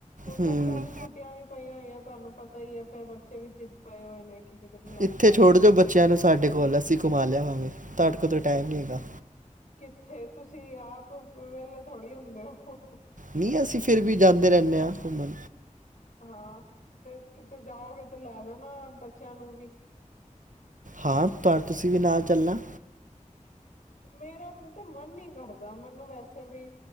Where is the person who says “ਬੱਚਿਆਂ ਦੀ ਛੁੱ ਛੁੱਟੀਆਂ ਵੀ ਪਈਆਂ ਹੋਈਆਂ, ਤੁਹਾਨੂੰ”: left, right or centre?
Left